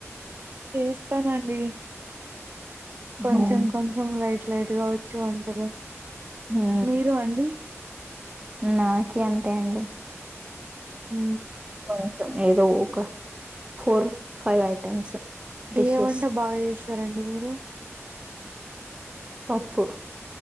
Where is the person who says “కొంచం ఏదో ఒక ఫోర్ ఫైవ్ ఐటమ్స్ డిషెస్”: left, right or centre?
Right